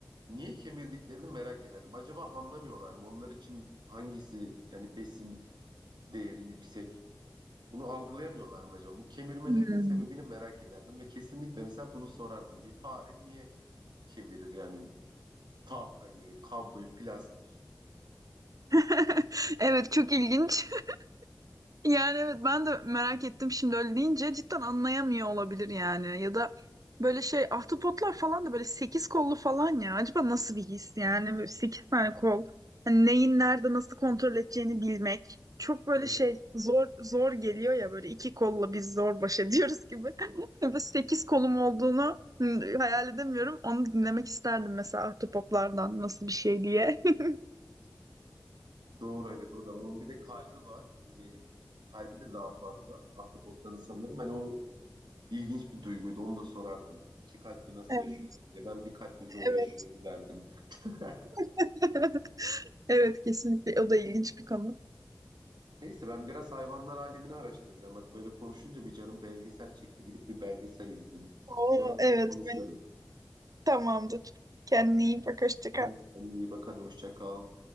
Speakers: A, on the right; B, on the right.
A: niye kemirdiklerini merak ederdim. Acaba anlamıyorlar mı? Onlar için hangisi yani besin değeri yüksek? Bunu algılayamıyorlar mı acaba? Bu kemirmelerinin
B: Hmm.
A: sebebini merak ederdim ve kesinlikle mesela bunu sorardım. Bir fare niye kemirir yani tahtayı, kabloyu, plastiği?
B: <laughs> Evet çok ilginç. <laughs> Yani evet ben de merak ettim şimdi öyle deyince cidden anlayamıyor olabilir yani. Ya da böyle şey ahtapotlar falan da böyle sekiz kollu falan ya. Acaba nasıl bir his yani böyle sekiz tane kol. Hani neyin nerede nasıl kontrol edeceğini bilmek. Çok böyle
A: Evet,
B: şey zor zor geliyor ya böyle iki kolla biz zor baş ediyoruz gibi. <laughs> Böyle sekiz kolum olduğunu hı, hayal edemiyorum. Onu dinlemek isterdim mesela ahtapotlardan nasıl bir şey diye. <laughs>
A: doğru evet o da. Onun bir de kalbi var. Ee, kalbi de daha fazla. Ahtapotların sanırım. Hani o ilginç bir duyguydu. Onu da sorardım. İki kalpli nasıl
B: Evet,
A: yaşıyorsun diye. Ben bir kalpli zor
B: evet.
A: yaşıyorum derdim. <laughs>
B: <laughs> Evet, kesinlikle. O da ilginç bir konu.
A: Neyse ben biraz hayvanlar alemini araştıracağım. Bak böyle konuşunca bir canım belgesel çekti. Gidip bir belgesel izleyeyim.
B: Oo,
A: Sonra yine
B: evet,
A: konuşuruz.
B: benim tamamdır. Kendine iyi bak, hoşça kal.
A: Sen de kendine iyi bak. Hadi hoşça kal.